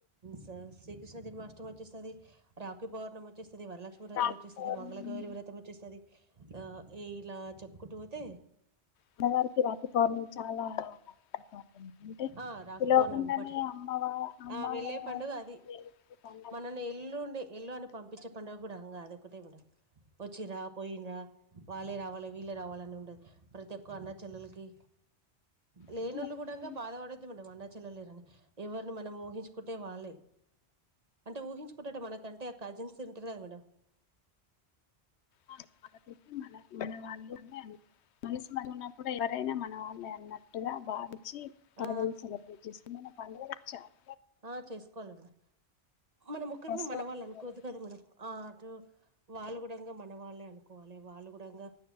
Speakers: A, on the right (about 40°); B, on the left (about 85°).
A: స శ్రీకృష్ణ జన్మాష్టమి వచ్చేస్థాది రాఖీ పౌర్ణం వచ్చేస్త వస్తుది వరలక్ష్మి వ్రతం
B: రాఖీ
A: వచ్చేస్తది
B: పౌర్ణమి
A: మంగళ గౌరి వ్రతం వచ్చేస్తది. ఆహ్ ఈలా చెప్పుకుంటూ పోతే
B: అన్నగారికి రాఖీ పౌర్ణమి చాలా ఇంపార్టెంట్ అంటే
A: ఆహ్ రాఖీ
B: పిలవకుండానే
A: పౌర్ణమి ఇంపార్టెంట్
B: అమ్మవ అమ్మవారి
A: ఆహ్ వెళ్ళే పండుగ అది
B: పండగ
A: మనల్ని ఎల్లు ఉండే ఎల్లు అని పంపించే పండుగ కూడా హ అది ఒక్కటే మేడం వచ్చిరా పోయినరా వాళ్ళే రావాలి వీళ్ళే రావాలని ఉండదు ప్రతి ఒక్క అన్న చెల్లెలకి లేనిళ్ళు
B: అంటే
A: కూడా ఇంగ బాధపడొద్దు మేడం అన్న చెల్ల లేరని ఎవరిని మనం ఊహించుకుంటే వాళ్ళే అంటే ఊహించుకుంటట మనకంటే కజిన్స్ తింటారు కదా మేడం
B: మన మన వాళ్ళ మనసు మంచిగా వుంటే కూడా ఎవరైనా మన వాళ్ళే అన్నట్టుగా భావించ చి
A: ఆ
B: సెలెబ్రేట్ <unintelligible>
A: ఆహ్ చేసుకోవాలమేడం మన
B: ఇంపార్టెంట్
A: ఒక్కరినీ మనవాళ్ళు అనుకోవద్దు కదా మేడం ఆహ్ అటు వాళ్ళు కూడా మన వాళ్ళే అనుకోవాలి వాళ్ళు కూడా ఇంగ